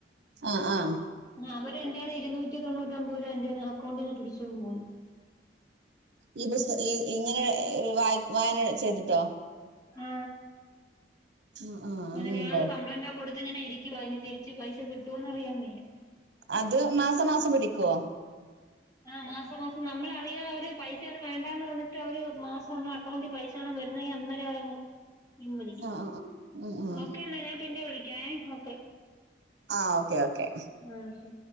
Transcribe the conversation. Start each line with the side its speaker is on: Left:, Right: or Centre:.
Right: ആഹ് ആഹ്
Left: അവര് എന്റെ ഇരുന്നൂറ്റി തൊണ്ണൂറ്റമ്പത് രൂപ എന്റെന്ന് അക്കൗണ്ടിന്ന് പിടിച്ചോണ്ട് പോയി
Right: ഈ പുസ്ത ഈ ഇങ്ങനെ വ വായന ചെയ്തിട്ടോ
Left: ആ
Right: ആ ആ അങ്ങനെയുണ്ടോ
Left: അ ഞാനത് കംപ്ലൈന്റ കൊടുത്ത്ങ്ങനെ ഇ അതിന് തിരിച്ച് പൈസകിട്ടുവോന്നറിയാന്മേല
Right: അത് മാസം മാസം പിടിക്കുവോ
Left: ആ മാസം മാസം നമ്മളറിയാൻ അവര് പൈസയന്ന വേണ്ടന്ന് പറഞ്ഞിട്ട് അവര് മാസം ഒ അക്കൗണ്ടിൽ പൈസയണ വരുന്ന അന്നരഅവര് പിൻവലിക്കും
Right: ആ ആ ആ ആ ആ
Left: ഓക്കെ എന്നാ ഞാൻ പിന്നെ വിള ക ഹോക്ക
Right: ആ ഓക്കെ ഓക്കെ
Left: ആക്ക